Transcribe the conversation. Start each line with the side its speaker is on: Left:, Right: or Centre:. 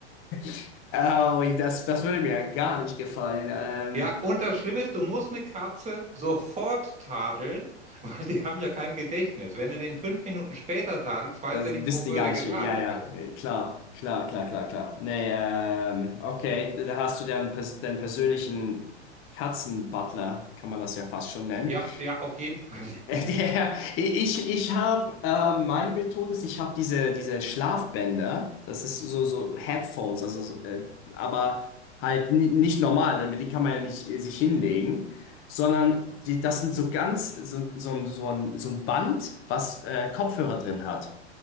Left: <laughs> au, das, das würde mir gar nicht gefallen. Ähm,
Right: Ja, und das Schlimme ist, du musst eine Katze sofort tadeln, weil die haben ja kein Gedächtnis. Wenn du den fünf Minuten später tadelst, weiß
Left: das
Right: er nicht
Left: wissen
Right: mehr, wofür
Left: die gar
Right: der
Left: nicht.
Right: getadelt
Left: Ja, ja,
Right: wird.
Left: klar, klar, klar, klar, klar. Nee, ähm, okay, da hast du deinen, pers- deinen persönlichen Katzenbutler, kann man das ja fast schon nennen.
Right: Ja, ja, auf jeden Fall.
Left: <laughs> Der,
Right: <laughs>
Left: ich ich habe ähm, meine Methode ist, ich habe diese, diese Schlafbänder, das ist so, so Headphones, also so, äh, aber halt ni- nicht normal, damit die kann man ja nicht äh, sich hinlegen, sondern die, das sind so ganz so, so, ein- so, ein, so ein Band, was äh, Kopfhörer drin hat.